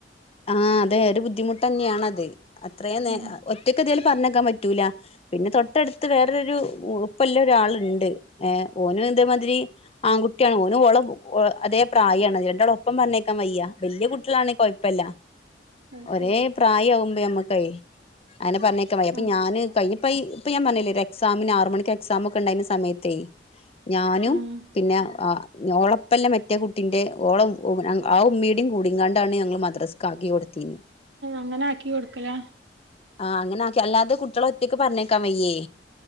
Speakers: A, on the left (about 35°); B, on the right (about 85°).
A: ആഹ് അതെ ഒരു ബുദ്ധിമുട്ട് തന്നെയാണത് അത്രയും നേ
B: ഉം
A: ഒറ്റക്കതി പറഞ്ഞയക്കാൻ പറ്റൂല. പിന്നെ തൊട്ടടുത്ത് വേറൊരു ഒപ്പല്ല ഒരാളുണ്ട് ഏഹ് ഓന് ഇതേ മാതിരി ആൺകുട്ടിയാണ്. ഓനും ഓളെ അതേ പ്രായാണ്. രണ്ടാളേം ഒപ്പം പറഞ്ഞയക്കാൻ വയ്യ വല്യ കുട്ടികളാണെ കുഴപ്പല്ല.
B: അത്
A: ഒഒരേ
B: ശരി
A: പ്രായാകുമ്പോ നമ്മക്കെയ് അങ്ങനെ പറഞ്ഞയക്കാൻ വയ്യ. അപ്പൊ
B: ആഹ്
A: ഞാന് കൈഞ്ഞ ഇപ്പ ഞാൻ പറഞ്ഞിലെ ഒരു എക്സാമിന് ആറ് മണിക്ക് എക്സാമൊക്കെ ഇണ്ടായിന്ന സമയത്തെയ് സമയത്ത് ഞാനും
B: ആഹ്
A: പിന്നെ ആ ഓളപ്പല്ല മറ്റേ കുട്ടിന്റെ ഓളെ ആ ഉമ്മയുടീം കൂടീങ്ങാണ്ടാണ് ഞങ്ങള് മദ്രസക്ക് ആക്കി കൊടുത്തീന്ന്
B: അങ്ങനെ ആക്കി കൊടുക്കല
A: ആ അങ്ങനെ ആക്കി അല്ലാതെ കുട്ടികള ഒറ്റയ്ക്ക് പറഞ്ഞയക്കാം വയ്യേ